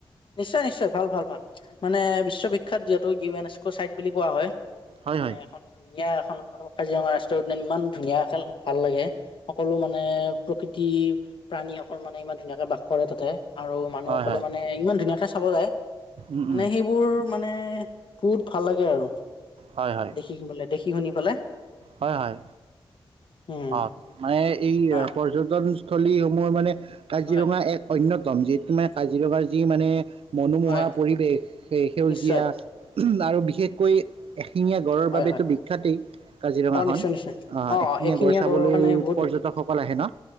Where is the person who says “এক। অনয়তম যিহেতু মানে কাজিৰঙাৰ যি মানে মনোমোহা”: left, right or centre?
Right